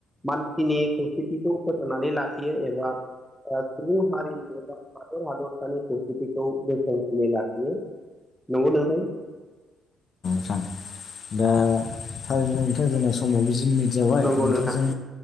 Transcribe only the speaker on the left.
थां दा थारैनो ओथां जोंना समाव बे जोंनि जावाय
नोंथांजों